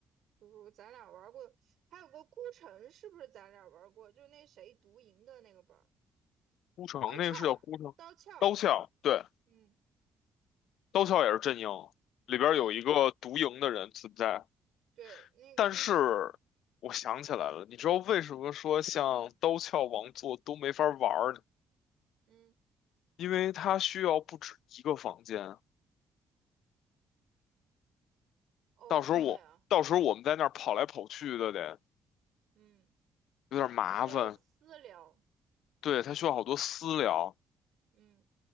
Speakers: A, on the right (about 75°); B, on the left (about 80°).
A: 不如咱俩玩过，还有个孤城，是不是咱俩玩过？就那谁独赢的那个本儿
B: 孤城那个是叫孤城，
A: 刀鞘，刀鞘，
B: 刀鞘，对，
A: 嗯，
B: 刀鞘也是阵营，里边儿有一个独赢的人存在。
A: 对对，那个，
B: 但是我想起来了，你知道为什么说像刀鞘王座都没法玩儿？
A: 嗯，
B: 因为它需要不止一个房间，
A: 哦，
B: 到时候我到时候我们在那儿跑来跑去的得
A: 对啊，嗯，
B: 有点麻烦。
A: 他需要私聊，
B: 对，它需要好多私聊，
A: 嗯。